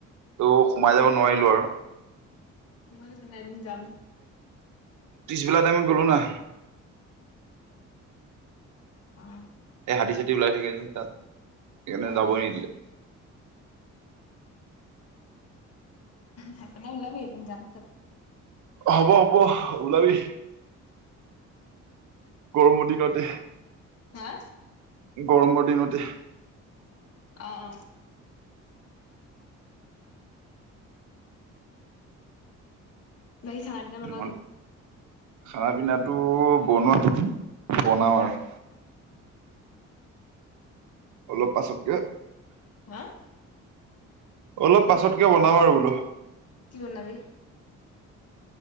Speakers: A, on the right; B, on the left.
A: ত' সোমাই যাব নোৱাৰিলো আৰু।
B: ম তোইম যাম
A: ত্ৰিছবেলা টাইমত গলো না।
B: অ
A: এই হাতী চাতি ওলাই থাকি আছে তাত সেইকাৰণে
B: অ
A: যাবই
B: অ
A: নিদিলে।
B: হে পিনে ওলাবি এদিন যাম।
A: হ'ব হ'ব ওলাবি গৰমৰ দিনতে।
B: হা
A: গৰমৰ দিনতে।
B: অ অ বাকী খানা পিনা বনালি।
A: নহ'লে খানা পিনাটো বনোৱা বনাও আৰু। অলপ পাছতকে।
B: হা
A: অলপ
B: কি
A: পাছতকে
B: কি
A: বনাম আৰু বোলো।
B: কি বনাবি।